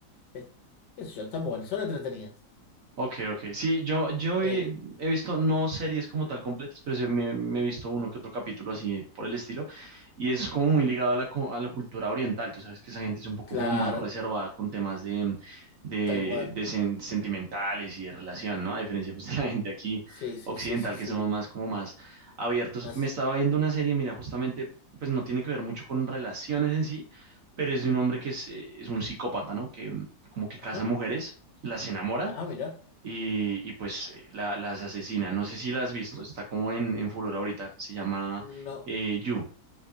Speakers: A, on the left; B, on the right.
A: es- qué sé yo, están buenas, son entretenidas.
B: Ok, ok. Sí, yo, yo
A: Eh,
B: he, he visto no series como tal completas, pero sí me, me he visto uno que otro capítulo así por el estilo. Y es como muy
A: eh,
B: ligado a la, cu- a la cultura oriental. Tú sabes que esa gente es un poco
A: claro,
B: como más reservada con temas de, de,
A: tal cual.
B: de sen- sentimentales y de relación, ¿no? A diferencia pues, de la gente aquí
A: Sí, sí,
B: occidental,
A: sí, sí,
B: que
A: sí.
B: somos más como más abiertos.
A: Más.
B: Me estaba viendo una serie, mira, justamente, pues no tiene que ver mucho con relaciones en sí, pero es de un hombre que es, eh, es un psicópata, ¿no? Que mm, como que
A: Ajá.
B: casa mujeres, las enamora
A: Ah, mira.
B: y, y, pues eh, la- las asesina. No sé si la has visto, está como en, en furor ahorita. Se llama
A: No,
B: eh, You.